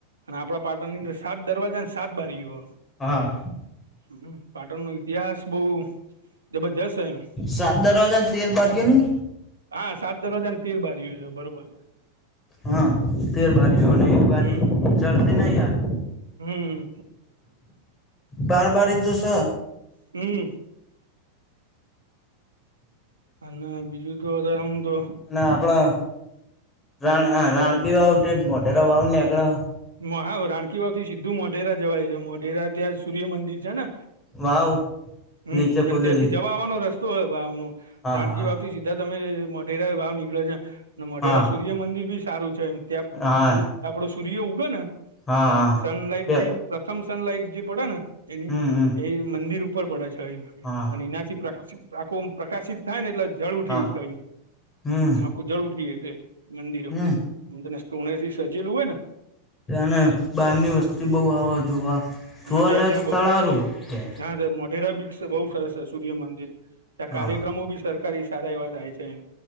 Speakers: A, on the right (about 75°); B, on the left (about 20°).
A: આપડા પાટણની અંદર સાત દરવાજા અને સાત બારીઓ હ.
B: હા.
A: હમ્મ પાટણ નો ઇતિહાસ બહુ જબરદસ્ત હૈ એમ
B: સાત દરવાજા ને તેર બારીઓ નઈ
A: હા સાત દરરોજા તેર બારઈયો છ બરોબર.
B: હા તેર બારીઓ અને બારી
A: હમ
B: જડતી નહી યાર
A: હમ
B: બાર બારી તો સ.
A: હમ્મ. અને બીજું તો અતારે આમ તો
B: આપડા રાણ અ રાણકી વાવ <unintelligible> મોઢરા વાવ નેકળ્યા.
A: <unintelligible> રાણકી વાવથી સીધું મોઢેરા જવાય છે મોઢેરા ત્યાં સૂર્ય મંદિર છે ને
B: વાવ
A: હમ
B: નીચે ખોદેલી
A: અને ત્યાંથી જવા આવાનો રસ તો હે વાવનો
B: હા
A: રાણકી
B: હા
A: વાવ થી સીધા તમે મોઢેરા વાવ નીકળો જ્યાં અને મોઢેરા
B: હા
A: સૂ ર્ય મંદિર બી સારું છે, એમ ત્યાં
B: હા
A: સૂ આપડો સૂર્ય ઊગે ને
B: હા હા
A: સનલાાઈટ
B: પે
A: જે પ્રથમ સનલાઈટ જે પડે ને એની
B: હમ હમ
A: એ મંદિર ઉ ઉપર પડે છે, એ.
B: હા
A: એનાથી પ્ર આખું આમ પ્રકાશિત થાય ને એટલે જળ ઉઠી
B: હા હમ
A: કુજળ ઉઠી એ તે મંદિરો
B: હમ
A: તને સોનેથી સજેલું હોય ને
B: તને બહારની વસ થી બઉ આવાજોવા જોવા
A: હા ત્યાં
B: લાયક
A: ત્યાં
B: સ્થળ
A: બ
B: હારુ, કે.
A: હા મોઢેરા બીચ બહુ સરસ સૂર્ય મંદિર ત્યા
B: હા
A: કાર્યક્રમો બી સરકારી સારા એવા થાય છે. એ